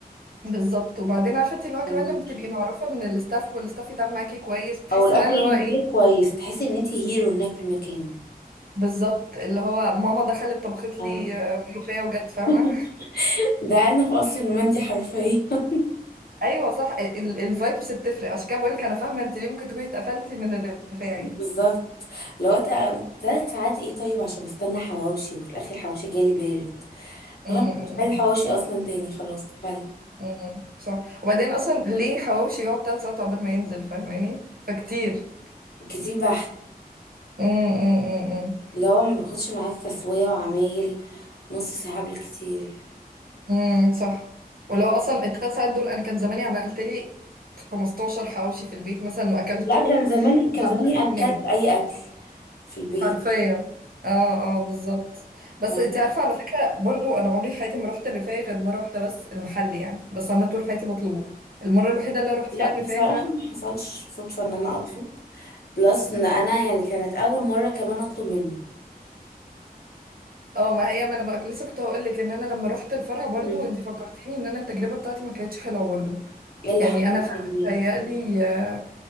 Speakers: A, on the right; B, on the left.
A: بالظبط وبعدين عارفه انت اللي هو كمان
B: فهميكي
A: لما تبقي معروفه من الاستاف والاستاف يتعامل معاكي كويس بتحسي
B: او الاكل
A: بقى اللي
B: ينزلك
A: هو ايه
B: كويس تحسي ان انت هيرو هناك في المكان
A: بالظبط اللي هو ماما دخلت طبخت
B: اه
A: لي آه، ملوخيه وجت فاهمه
B: <laughs> ده انا في قصر النومندي حرفيا <laughs>
A: <laughs> ايوه صح الفايبس بتفرق عشان كده بقول لك انا فاهمه انت ليه ممكن تكوني اتقفلتي من الرفاعي
B: بالظبط لو ثلاث ساعات ايه طيب عشان استنى حواوشي وفي الاخر حواوشي جالي بارد
A: امم
B: لو انا مش عايزه حواوشي اصلا تاني خلاص فل
A: امم صح وبعدين اصلا ليه حواوشي يقعد تلات ساعات عقبال ما ينزل فاهماني فكتير
B: كتير بحت
A: امم
B: لو ما بياخدش معاك تسويه وعمايل نص ساعه بالكتير
A: امم صح ولو اصلا الثلاث ساعات دول انا كان زماني عملت لي 15 حواوشي في البيت مثلا واكلتهم
B: لا كان زماني كان
A: وحبست
B: زماني اكلت
A: ونمت
B: اي اكل في البيت
A: حرفيا اه اه بالظبط بس
B: فاهمة؟
A: انت عارفه على فكره برضو انا عمري في حياتي ما رحت الرفاعي غير مره واحده بس المحل يعني بس انا طول حياتي بطلبه المره الوحيده اللي رحت
B: لا
A: فيها الرفاعي
B: بصراحه
A: فعلا
B: ما حصلش صدفه ان انا اطلب بلس ان انا يعني كانت اول مره كمان اطلب منه
A: اه ما هي ما انا بقى لسه كنت هقول لك ان انا لما رحت الفرع برضو
B: مم.
A: انت فكرتيني ان انا التجربه بتاعتي ما كانتش حلوه برضو
B: ايه اللي
A: يعني
B: حصل
A: انا فعلا
B: طب هناك
A: متهيألي آه،